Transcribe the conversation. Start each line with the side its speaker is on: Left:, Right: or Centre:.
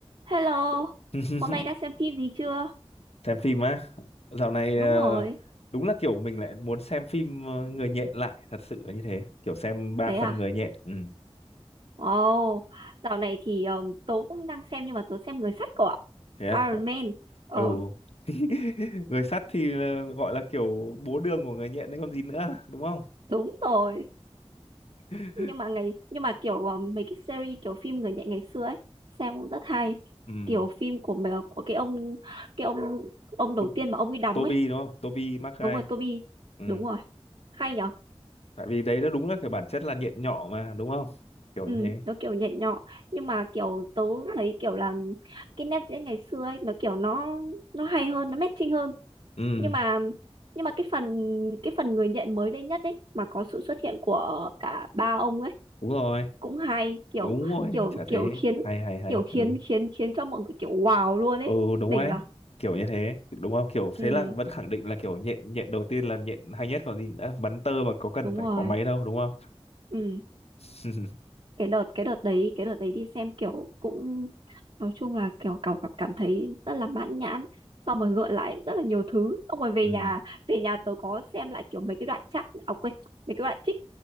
Right: Hello,
Left: <laughs>
Right: hôm nay đã xem phim gì chưa?
Left: xem phim á dạo này
Right: Đúng
Left: ờ,
Right: rồi,
Left: đúng là kiểu mình lại muốn xem phim ờ, người nhện lại thật sự là như thế kiểu xem ba
Right: thế
Left: phần
Right: à?
Left: người nhện ừ
Right: Wow, dạo này thì um, tớ cũng đang xem nhưng mà tớ xem Người sắt của
Left: thế à
Right: Iron Man. Ờ,
Left: ừ <laughs> người sắt thì ờ, gọi là kiểu bố đường của người nhện đấy còn gì nữa đúng không
Right: đúng rồi.
Left: <laughs>
Right: Nhưng mà ngày nhưng mà kiểu um, mấy cái series kiểu phim người nhện ngày xưa ấy, xem cũng rất hay.
Left: ừ
Right: Kiểu phim của mẹ- của cái ông cái ông ông đầu
Left: To-
Right: tiên mà ông ấy đóng
Left: Toby
Right: ấy.
Left: đúng không Toby Maguire
Right: Đúng rồi, Toby.
Left: ừ
Right: Đúng rồi, hay nhỉ?
Left: tại vì đấy nó đúng là kiểu bản chất là nhện nhỏ mà đúng không kiểu
Right: Ừ,
Left: như thế
Right: nó kiểu nhẹ nhọ nhưng mà kiểu tớ thấy kiểu là cái nét diễn ngày xưa ấy nó kiểu nó nó hay hơn nó matching hơn
Left: ừ
Right: nhưng mà nhưng mà cái phần cái phần người nhện mới đây nhất ấy mà có sự xuất hiện của cả ba ông ấy
Left: đúng rồi
Right: cũng hay kiểu
Left: đúng rồi
Right: kiểu
Left: chả
Right: kiểu
Left: thế
Right: khiến
Left: hay hay hay
Right: kiểu khiến
Left: ừ
Right: khiến khiến cho mọi người kiểu wow luôn ấy
Left: ừ đúng
Right: đỉnh
Left: đấy
Right: nhở
Left: kiểu như thế đúng không kiểu
Right: ừ
Left: thế là vẫn khẳng định là kiểu nhện nhện đầu tiên là nhện hay nhất còn gì nữa bắn tơ mà có cần
Right: đúng
Left: phải
Right: rồi
Left: có máy đâu đúng không
Right: ừ
Left: <laughs>
Right: cái đợt cái đợt đấy cái đợt đấy đi xem kiểu cũng nói chung là kiểu cảm cảm cảm thấy rất là mãn nhãn xong rồi gợi lại rất là nhiều thứ xong rồi về
Left: ừ
Right: nhà về nhà tớ có xem lại kiểu mấy cái đoạn chat à quên mấy cái đoạn trích